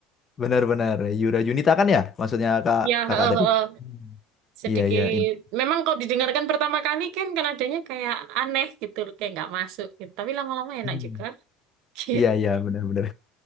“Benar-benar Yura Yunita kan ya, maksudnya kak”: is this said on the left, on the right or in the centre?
Left